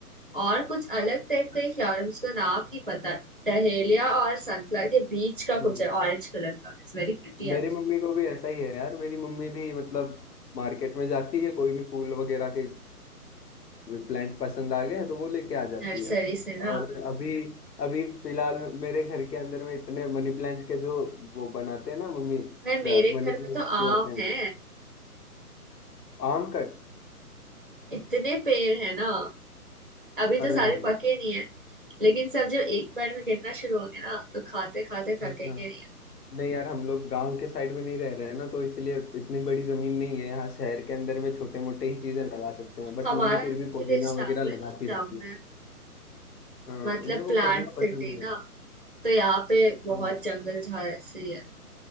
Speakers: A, on the right; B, on the left.
A: और कुछ अलग टाइप का ही फ्लावर है उसका नाम नहीं पता डहेलिया और सनफ्लावर के बीच का
B: हम्म
A: कुछ है ऑरेंज कलर का it's very pretty
B: मेरी
A: actually
B: मम्मी को भी ऐसा ही है यार मेरी मम्मी भी मतलब मार्केट में जाती है कोई भी फूल वगैरह के प्लांट पसंद आ गए तो वो लेके आ जाती
A: Nursery
B: है
A: से ना
B: और अभी अभी फिलहाल मेरे घर के अंदर में इतने मनी प्लांट के जो वो बनाते हैं ना मम्मी
A: मैं मेरे
B: मनी
A: घर में
B: प्लांट
A: तो आम
B: जो होते हैं
A: है
B: आम का
A: इतने पेड़ है ना अभी तो
B: अरे
A: सारे
B: भाई
A: पके नहीं है लेकिन सब जब एक बार में गिरना शुरू होंगे ना तो खाते खाते
B: अच्छा
A: थकेंगे नहीं
B: नहीं यार हम लोग गांव के साइड में नहीं रह रहे हैं ना तो इसलिए इतनी बड़ी जमीन नहीं है यहाँ शहर के अंदर में छोटे मोटे ही चीजें लगा सकते हैं बट
A: हमारा
B: मम्मी फिर
A: एक्चुअली
B: भी पुदीना
A: एस्टेब्लिश
B: वगैरह लगाती
A: टाउन
B: रहती है
A: है
B: हाँ
A: मतलब
B: उन्हें
A: प्लांट
B: वो करना
A: सिटी
B: पसंद है यार
A: ना तो यहाँ पे
B: हाँ
A: बहुत जंगल झाड़ ऐसे ही है